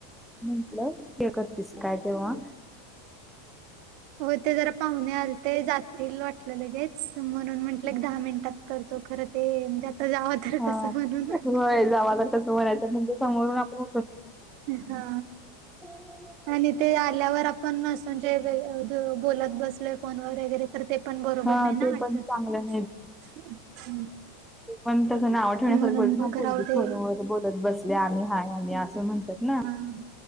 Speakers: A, in the centre; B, on the right (about 55°).
A: म्हंटलं ते करतेस काय तेव्हा
B: हो ते जरा पाहुणे आलते जातील वाटलं लगेच म्हणून म्हंटलं दहा मिनिटात कर तो खरं ते द जावं तर
A: हा
B: कसं म्हणूना
A: होय जावा तर कसं म्हणायचं म्हणजे समोरून आपण
B: हा
A: हो <unintelligible>
B: आणि ते आल्यावर आपण असं म्हणजे बोलत बसलोय फोनवर वगैरे तर ते पण बरोबर
A: हा
B: नाही ना
A: ते
B: वाटत.
A: पण चांगलं ते पण तसं नाव ठेवण्यासारखं
B: म्हणून
A: बोलत
B: मग
A: ना पोरगी
B: राहू दे
A: फोनवर बोलत बसले आम्ही हा आम्ही असं म्हणतात ना.
B: ह